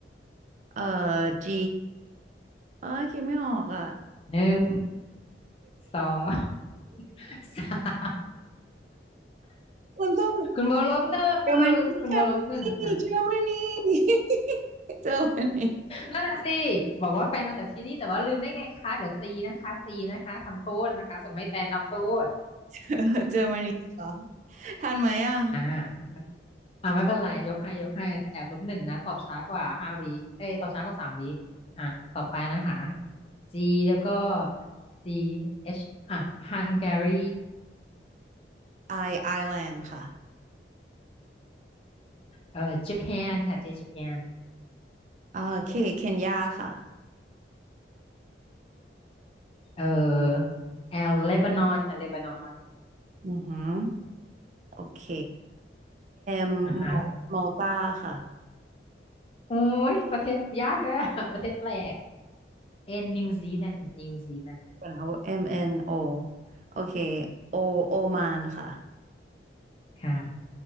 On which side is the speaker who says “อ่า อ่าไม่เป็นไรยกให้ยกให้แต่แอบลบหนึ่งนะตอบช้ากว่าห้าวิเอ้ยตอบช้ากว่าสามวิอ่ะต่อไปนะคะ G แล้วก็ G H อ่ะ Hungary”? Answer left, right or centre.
Left